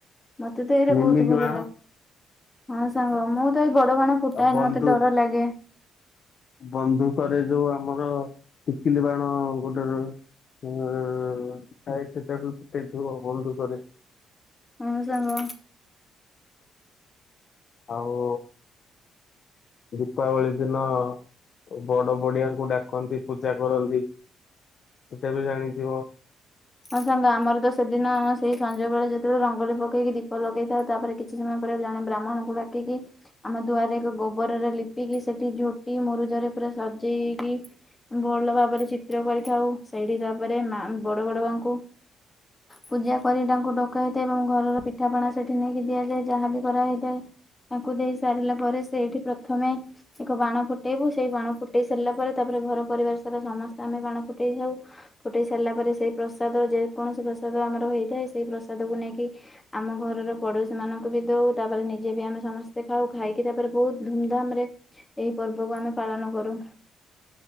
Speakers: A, on the left; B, on the left.
A: ମତେ ତ ଏଇଟା
B: ନିମିକି
A: ବହୁତ ଭଲ
B: ବାଣ
A: ଲାଗେ। ହଁ ସାଙ୍ଗ ମୁଁ ତ ଏଇ ବଡ ବାଣ ଫୁଟାଏନି
B: ଆ ବନ୍ଧୁ
A: ମତେ ଡର ଲାଗେ
B: ବନ୍ଧୁକରେ ଯୋଉ ଆମର ଟିକିଲି ବାଣ ଗୋଟେରହେ। ଉ ଥାଏ ସେଟା ବି ଫୁଟେଇଥିବ ବନ୍ଧୁକରେ।
A: ହଁ ସାଙ୍ଗ।
B: ଆଉ ଦୀପାବଳି ଦିନ ବଡ ବଡିଆଙ୍କୁ ଡାକନ୍ତି ପୂଜା କରନ୍ତି ସେଟା ବି ଜାଣିଥିବ।
A: ହଁ ସାଙ୍ଗ ଆମର ତ ସେଦିନ ସେଇ ସଞ୍ଜବେଳେ ଯେତେବେଳେ ରଙ୍ଗୋଲି ପକେଇକି ଦୀପ ଲଗେଇ ଥାଉ ତାପରେ କି କିଛି ସମୟ ପରେ ଜଣେ ବ୍ରାହ୍ମଣଙ୍କୁ ଡାକିକି ଆମ ଦୁଆରେ ଏକ ଗୋବରରେ ଲିପିକି ସେଠି ଝୋଟି ମରୁଜରେ ପୁରା ସଜେଇକି ଭଲ ଭାବରେ ଚିତ୍ର କରିଥାଉ ସେଇଠି ତାପରେ ମା ବଡ ବଡୁ ଆଙ୍କୁ ପୂଜା କରି ତାଙ୍କୁ ଡକା ହେଇଥାଏ ଏବଂ ଘରର ପିଠାପଣା ସେଠି ନେଇକି ଦିଆଯାଏ ଯାହା ବି କରାହଇଥାଏ। ତାଙ୍କୁ ଦେଇ ସାରିଲା ପରେ ସେଇଠି ପ୍ରଥମେ ଏକ ବାଣ ଫୁଟେଇବୁ ସେଇ ବାଣ ଫୁଟେଇ ସାରିଲା ପରେ ତାପରେ ଘର ପରିବାର ସାରା ସମସ୍ତେ ଆମେ ବାଣ ଫୁଟେଇଥାଉ। ଫୁଟେଇ ସାରିଲା ପରେ ସେଇ ପ୍ରସାଦ ଯେ କୌଣସି ପ୍ରସାଦ ଆମର ହେଇଥାଏ ସେଇ ପ୍ରସାଦକୁୁ ନେଇକି ଆମ ଘରର ପଡୋଶୀ ମାନଙ୍କୁ ବି ଦଉ ତାପରେ ନିଜେ ବି ଆମେ ସମସ୍ତେ ଖାଉ ଖାଇକି ତାପରେ ବହୁତ ଧୁମଧାମ ରେ ଏହି ପର୍ବକୁ ଆମେ ପାଳନ କରୁ।